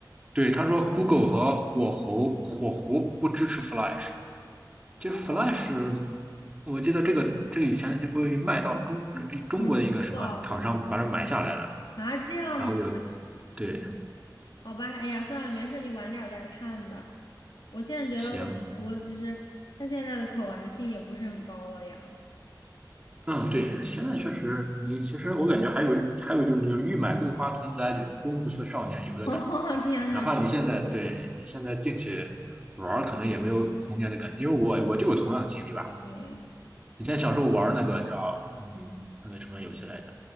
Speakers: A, on the right; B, on the left.
A: 对，他说 Google 和火狐火狐不支持 Flash。其实
B: ？Google
A: Flash，我记得这个这个以前就被卖到中呃中国的一个什么厂商把这买下来了，
B: 很古早的东西啊，这样子，
A: 然后就对，
B: 好吧，哎呀，算了，没事，你晚点儿再看吧。我现在觉得陆建国其实他现在的可玩性也不是很高了呀。
A: 行，嗯，对，现在确实，你其实我感觉还有还有就是就是欲买桂花同载酒，终不似少年游的感觉。
B: <laughs> 哦，天呐，
A: 哪怕你现在对你现在进去玩儿可能也没有童年的感觉，因为我我就有同样的经历吧。
B: 哎，
A: 以前小时候玩那个叫嗯那个什么游戏来着，
B: 就